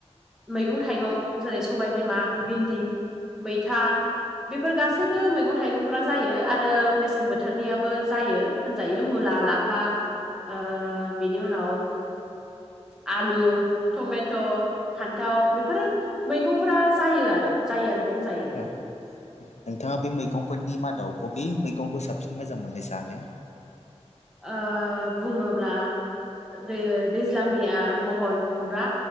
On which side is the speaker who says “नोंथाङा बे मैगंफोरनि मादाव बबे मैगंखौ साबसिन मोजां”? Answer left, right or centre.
Left